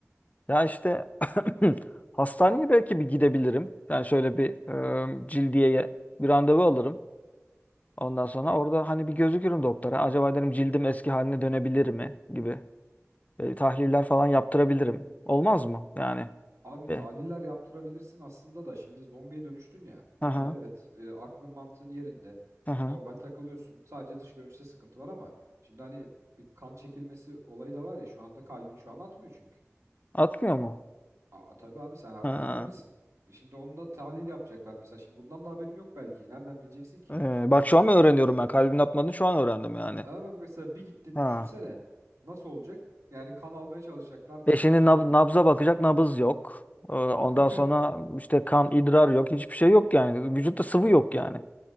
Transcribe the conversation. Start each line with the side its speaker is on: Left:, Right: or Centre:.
Left: Ya işte <clears throat> hastaneye belki bir gidebilirim. Yani şöyle bir e, cildiyeye bir randevu alırım. Ondan sonra orada hani bir gözükürüm doktora. Acaba derim cildim eski haline dönebilir mi gibi. E, tahliller falan yaptırabilirim. Olmaz mı? Yani.
Right: Abi
Left: E,
Right: tahliller yaptırabilirsin aslında da şimdi zombiye dönüştün ya.
Left: aha,
Right: Tamam evet e, aklın mantığın yerinde.
Left: aha.
Right: Normal takılıyorsun. Sadece dış görünüşte sıkıntı var ama şimdi hani bir kan çekilmesi olayı da var ya şu anda kalbin şu an atmıyor çünkü.
Left: Atmıyor mu?
Right: Aa, tabii abi sen artık
Left: Ha.
Right: zombisin. E Şimdi onunla tahlil yapacaklar mesela. Şimdi bundan da haberin yok belki. Nereden bileceksin ki?
Left: E, bak şu an mı öğreniyorum
Right: Bir git
Left: ben? Kalbin atmadığını şu an öğrendim yani.
Right: Ama mesela bir gittin
Left: Ha.
Right: düşünsene. Nasıl olacak? Yani kan almaya çalışacaklar
Left: E şimdi
Right: hemşire.
Left: nab- nabza bakacak nabız yok. E, Ondan
Right: <laughs>
Left: sonra işte kan, idrar yok. Hiçbir şey yok yani. Vücutta sıvı yok yani.